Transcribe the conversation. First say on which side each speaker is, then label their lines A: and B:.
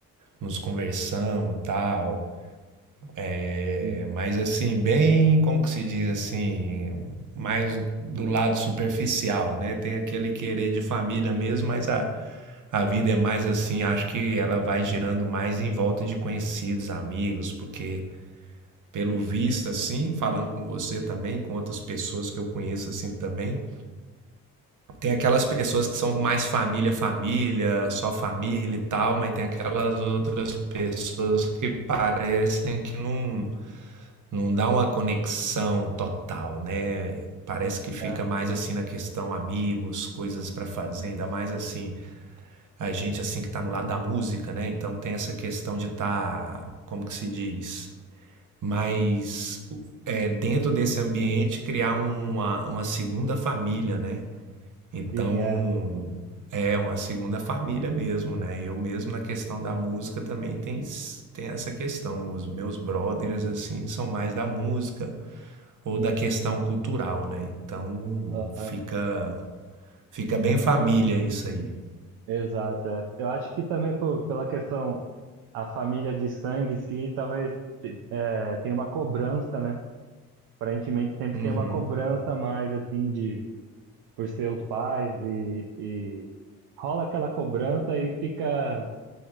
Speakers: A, on the right; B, on the right.
A: nos conversamos e tal. É,
B: Sim,
A: mas assim, bem, como que se diz assim, mais do lado superficial, né? Tem aquele querer de família mesmo, mas a, a vida é mais assim, acho que ela vai girando mais em volta de conhecidos, amigos, porque pelo visto, assim, falando com você também, com outras pessoas que eu conheço, assim, também. Tem aquelas pessoas que são mais família, família, só família e tal, mas tem aquelas outras pessoas que parecem que não, não dá uma conexão total, né? Parece
B: sim,
A: que fica
B: é,
A: mais assim na questão amigos, coisas para fazer, ainda mais assim, a gente assim que tá no lado da música, né? Então tem essa questão de estar como que se diz? Mas é, dentro desse ambiente criar uma, uma segunda família, né? Então
B: sim, é,
A: é uma segunda família mesmo, né? Eu mesmo na questão da música também tem, s- tem essa questão. Os meus brothers assim são mais da música ou da questão cultural, né? Então
B: é,
A: fica fica bem família isso aí.
B: exato. é. Eu acho que também por, pela questão, a família de sangue em si, talvez é, tenha uma cobrança, né? Aparentemente sempre
A: Uhum.
B: tem uma cobrança a mais assim de por seus pais e, e rola aquela cobrança e fica